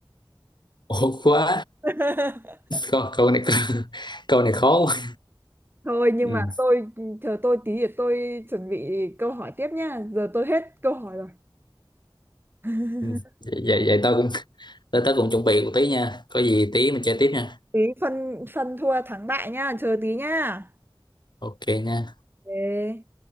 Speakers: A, on the left; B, on the right.
A: ổn quá
B: <laughs>
A: câu câu này <laughs> câu này khó quá
B: thôi nhưng
A: ừ.
B: mà tôi chờ tôi tí để tôi chuẩn bị câu hỏi tiếp nhá giờ tôi hết câu hỏi rồi <laughs>
A: ừ. vậy vậy vậy tao cũng tới tớ cũng chuẩn bị một tí nha. Có gì tí mình chơi tiếp nha.
B: tí phân phân thua thắng bại nhá chờ tí nhá
A: Ok nha.
B: Ok.